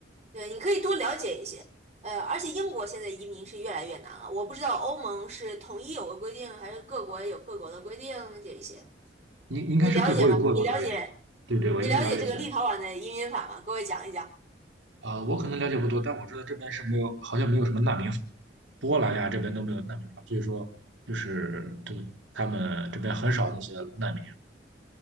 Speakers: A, on the right; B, on the right.
A: 对，你可以多了解一些。呃，而且英国现在移民是越来越难了，我不知道欧盟是统一有个规定，还是各国有各国的规定这一些，
B: 应应该是各国有各国的规定，
A: 你了解吧？你了解
B: 对不对？我应该了解一下
A: 你了解这个立陶宛的移民法吗？给我讲一讲。
B: 啊、我可能了解不多，但我知道这边是没有，好像没有什么难民法波兰呀这边都没有难民法，所以说就是就他们这边很少那些难民，